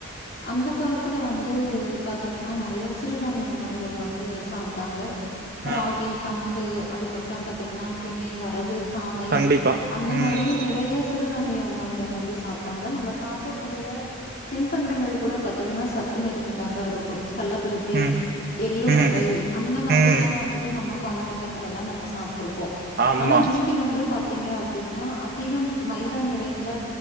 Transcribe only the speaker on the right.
ம்
கண்டிப்பா
ம்
ம்
ம்
ம்
ஆமா